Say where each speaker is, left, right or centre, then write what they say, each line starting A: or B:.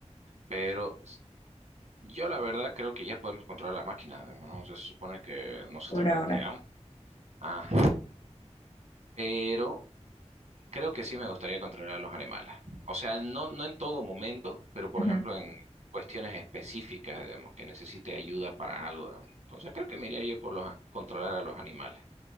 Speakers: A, on the right; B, on the left.
A: pero s- yo la verdad creo que ya podemos controlar las máquinas, ¿no? O sea, se supone que nosotros
B: por
A: las
B: ahora.
A: creamos. Ah. Pero Creo que sí me gustaría controlar a los animales. O sea, no, no en todo momento, pero
B: Ujú,
A: por ejemplo en cuestiones específicas, digamos, que necesite ayuda para algo, digamos. Entonces creo que me iría yo por los, a- controlar a los animales.